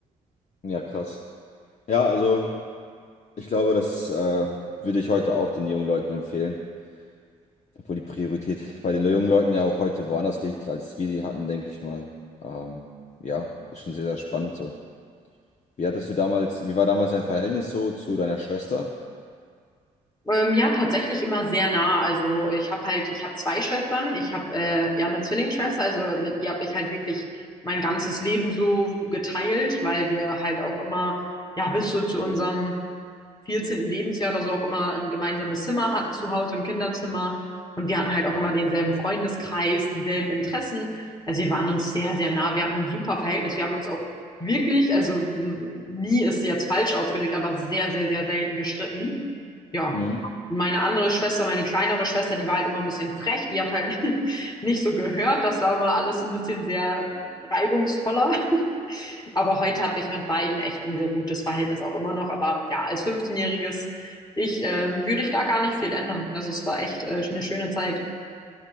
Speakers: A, on the left (about 45°); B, on the left (about 25°).
A: Ja, krass. Ja, also ich glaube, das äh, würde ich heute auch den jungen Leuten empfehlen. Obwohl die Priorität bei den jungen Leuten ja auch heute woanders liegt, als wir sie hatten, denke ich mal. Ähm, ja, ist schon sehr, sehr spannend so. Wie hattest du damals, wie war damals dein Verhältnis so zu deiner Schwester?
B: Ähm, ja, tatsächlich immer sehr nah. Also ich habe halt, ich habe zwei Schwestern. Ich habe äh, ja eine Zwillingsschwester. Also mit ihr habe ich halt wirklich mein ganzes Leben so geteilt, weil wir halt auch immer, ja, bis so zu unserem 14. Lebensjahr oder so auch immer ein gemeinsames Zimmer hatten zu Hause, ein Kinderzimmer. Und wir hatten halt auch immer denselben Freundeskreis, dieselben Interessen. Also wir waren uns sehr, sehr nah. Wir hatten ein super Verhältnis. Wir haben uns auch wirklich, also m- nie ist jetzt falsch ausgedrückt, aber sehr, sehr, sehr selten gestritten. Ja.
A: Mhm.
B: Meine andere Schwester, meine kleinere Schwester, die war halt immer ein bisschen frech. Die hat halt <laughs> nicht so gehört. Das war immer alles ein bisschen sehr reibungsvoller. Aber heute habe ich mit beiden echt ein sehr gutes Verhältnis auch immer noch. Aber ja, als 15-jähriges Ich ähm, würde ich da gar nicht viel ändern. Also es war echt äh, eine schöne Zeit.